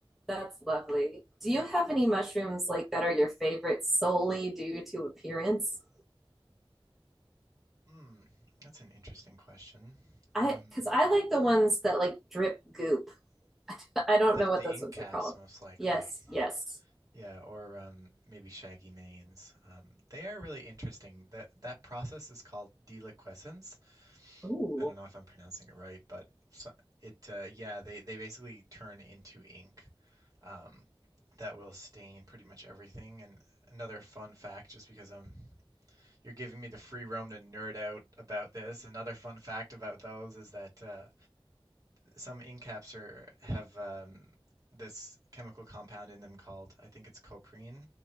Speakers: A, in the centre; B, on the right.
A: that's lovely. Do you have any mushrooms like that are your favorite solely due to appearance?
B: Hmm, that's an interesting question.
A: I,
B: Um,
A: because I like the ones that like drip goop. I don't
B: that
A: know what
B: the ink
A: those ones
B: caps
A: are called.
B: most likely.
A: Yes, yes.
B: Yeah, or um, maybe shaggy manes. Um, they are really interesting. That that process is called deliquescence.
A: Ooh,
B: I don't know if I'm pronouncing it right, but so- it uh, yeah, they they basically turn into ink. Um, that will stain pretty much everything. And another fun fact, just because I'm you're giving me the free roam to nerd out about this. Another fun fact about those is that uh, some ink caps are, have um, this chemical compound in them called, I think it's coprine.